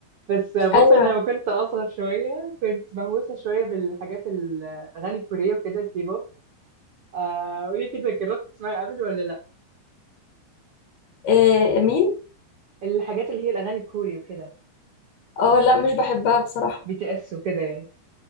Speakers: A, on the right; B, on the left.
A: بس بص
B: ايوه
A: انا لما كنت اصغر شويه كنت مهووسه شويه بالحاجات الاغاني الكوريه وكده الكيبوب آه قولي كده جربت تسمعي قبل ولا لا
B: إيه مين
A: الحاجات اللي هي الاغاني الكوري وكده
B: اه لا مش بحبها بصراحه
A: بي تي اس وكده يعني